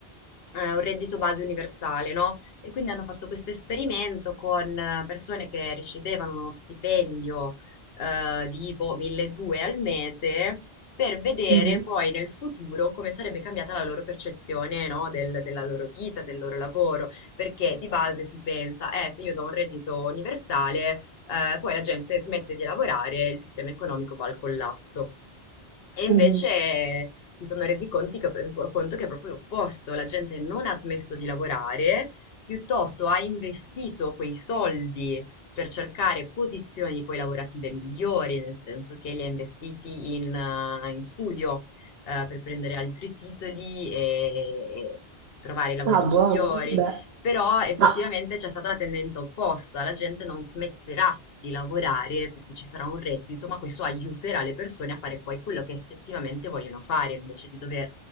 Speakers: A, on the left (about 65°); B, on the right (about 75°).
A: eh, un reddito base universale, no? E quindi hanno fatto questo esperimento con eh, persone che ricevevano uno stipendio eh, di boh, 1200 al mese per vedere
B: mhm,
A: poi nel futuro come sarebbe cambiata la loro percezione, no, del- della loro vita, del loro lavoro, perché di base si pensa, eh, se io do un reddito universale, eh, poi la gente smette di lavorare e il sistema economico va al collasso. E invece
B: mhm.
A: si sono resi conti che, conto che è proprio l'opposto, la gente non ha smesso di lavorare, piuttosto ha investito quei soldi per cercare posizioni poi lavorative migliori, nel senso che li ha investiti in, eh, in studio eh, per prendere altri titoli e, e trovare lavori
B: Ah, buono,
A: migliori.
B: beh.
A: Però effettivamente
B: Ma,
A: c'è stata la tendenza opposta, la gente non smetterà di lavorare perché ci sarà un reddito, ma questo aiuterà le persone a fare poi quello che effettivamente vogliono fare, invece di dover